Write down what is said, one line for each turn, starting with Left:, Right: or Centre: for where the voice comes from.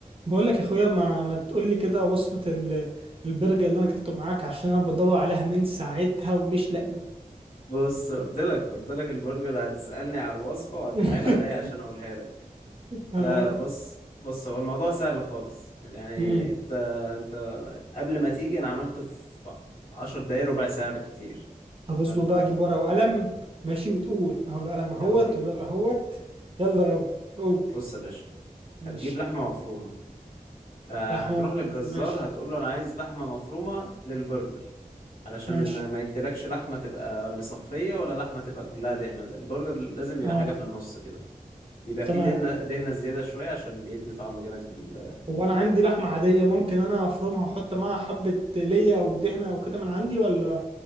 Right: بقول لك يا اخويا ما ما تقول لي كده وصفة ال- البرجر اللي انا اكلته معاك عشان انا بدور عليها من ساعتها ومش لاقيه
Left: بص قلت لك قلت لك البرجر هتسألني على الوصفة وهتتحايل
Right: <laughs>
Left: عليا عشان اقولها لك
Right: اه
Left: لا لا بص بص هو الموضوع سهل خالص يعني
Right: امم
Left: انت انت قبل ما تيجي انا عملته في 10 دقايق ربع ساعة بالكتير
Right: طب اصبر
Left: فانت
Right: بقى اجيب ورقة وقلم ماشي وتقول اهو القلم
Left: يلا
Right: اهوت
Left: بينا
Right: والورقة اهوت يلا يابا قول
Left: بص يا باشا
Right: ماشي
Left: هتجيب لحمة مفرومة آه،
Right: لحمة
Left: هتروح للجزار
Right: مفرومة ماشي
Left: هتقول له انا عايز لحمة مفرومة للبرجر علشان
Right: ماشي
Left: ما يديلكش لحمة تبقى مصفية ولا لحمة تبقى كلها دهنة البرجر لازم يبقى
Right: اه
Left: حاجة في النص كده بيبقى فيه
Right: تمام
Left: دهنة دهنة زيادة شوية عشان بيدي طعم جامد في ال...
Right: هو انا عندي لحمة
Left: في اللوت.
Right: عادية ممكن انا افرمها واحط معاها حبة ليا او دهنة او كده من عندي ولا